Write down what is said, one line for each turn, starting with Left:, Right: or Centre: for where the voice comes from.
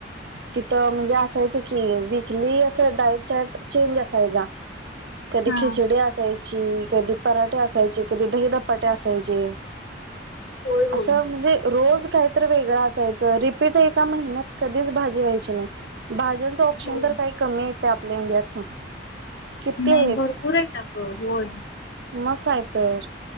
Right: तिथं म्हणजे असायचं की वीकली असं डायट चार्ट चेंज असायचा. कधी
Left: हा
Right: खिचडी असायची कधी पराठे असायचे कधी दहीधपाटे असायचे.
Left: होय होय
Right: असं म्हणजे रोज कात वेगं असायच रिपीट ए महिन्यात कधीच भाजी व्हायची नाही भाज ऑप्शन
Left: होय
Right: तर काही कमी आहेत का आपल्या इंडियात किती
Left: नाही
Right: आहेत.
Left: भरपूर आहे ट ग होय.
Right: मग काय तर